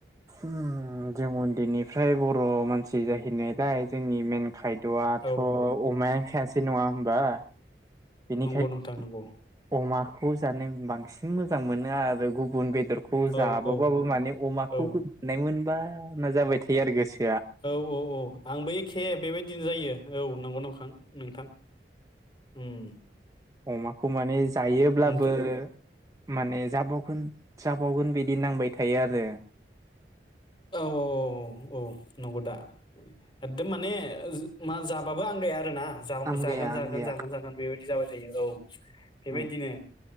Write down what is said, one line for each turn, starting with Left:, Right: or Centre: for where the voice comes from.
Right: उम जों उन्दैनिफ्राय बर' मानसि जाहैनायलाय जोंनि मेन खायदाथ'
Left: औ
Right: अमाया खासि नङा होमबा। बेनिखायनो
Left: नंगौ नोंथां नंगौ
Right: अमा। खौ जानो बांसिन मोजां मोनो आरो गुबुन बे बेदरखौ
Left: औ
Right: जाबावबाबो
Left: औ
Right: माने अमाखौ
Left: औ
Right: गोम <unintelligible> <unintelligible> जाबाय थायो आरो गोसो
Left: औ औ औ आंबो एखे बेबायदि <unintelligible> जायो। औ नंगौ नंखां नोंथां। उम।
Right: अमाखौ माने जायोब्लाबो
Left: ओमफ्राय
Right: माने जाबावगोन जाबावगोन बिदि नांबाय थायो आरो।
Left: औ औ औ औ नंगौ दा एकदम माने ओ मा जाबाबो आंगाया आरो ना, जागौमोन
Right: आमगाया
Left: जागोन
Right: आमगाया
Left: जागोन जागोन जागोन बेबायदि जाबाय थायो औ। बेबायदिनो
Right: उम